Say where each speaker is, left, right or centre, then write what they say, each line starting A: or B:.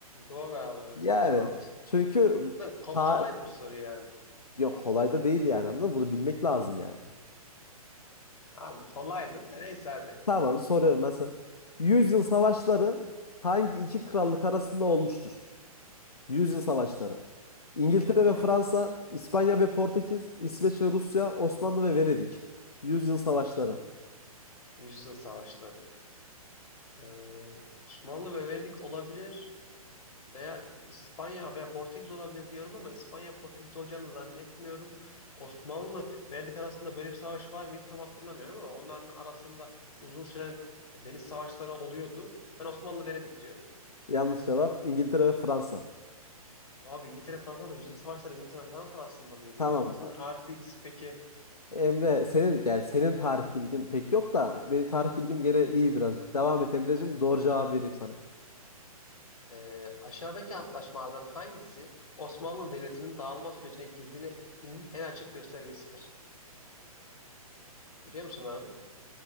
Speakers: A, on the left; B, on the left.
A: doğru abi evet
B: Yani
A: 2. Mahmut.
B: çünkü
A: Zaten ko-
B: ta
A: kolaydı bu soru yani.
B: yok kolay da değil yani anladın mı? Bunu bilmek lazım yani.
A: Abi kolaydı da neyse hadi.
B: Tamam soruyorum ben sana. Yüzyıl savaşları hangi iki krallık arasında olmuştur? Yüzyıl savaşları. İngiltere
A: Tamam
B: ve
A: abi.
B: Fransa, İspanya ve Portekiz, İsveç ve Rusya, Osmanlı ve Venedik. Yüzyıl savaşları.
A: Yüzyıl savaşları. Ee, Osmanlı ve Venedik olabilir. Veya İspanya ve Portekiz olabilir diyorum ama İspanya Portekiz olacağını zannetmiyorum. Osmanlı Venedik arasında böyle bir savaş var mıydı tam hatırlamıyorum ama onların arasında uzun süren deniz savaşları oluyordu. Ben Osmanlı Venedik diyorum.
B: Yanlış cevap İngiltere ve Fransa.
A: Abi İngiltere Fransa da yüzyıl savaşları İngiltere Fransa arasında mıydı
B: Tamam.
A: ya? Bizim tarih bilgisi peki
B: Emre senin yani senin tarih bilgin pek yok da benim tarih bilgim gene iyi birazcık. Devam et Emreciğim. Doğru cevap vereyim sana.
A: e, aşağıdaki antlaşmalardan hangisi Osmanlı Devleti'nin dağılma sürecine girdiğinin en açık göstergesidir? Biliyor musun abi?